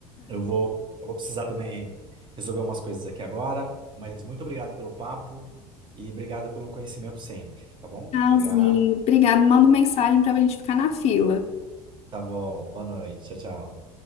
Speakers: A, on the right; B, on the left.
A: Eu vou, eu vou precisar também resolver umas coisas aqui agora, mas muito obrigado pelo papo e obrigado pelo conhecimento sempre, tá bom?
B: Tchauzinho.
A: Obrigado.
B: Obrigada. Manda mensagem pra gente ficar na fila.
A: Tá bom, boa noite. Tchau, tchau.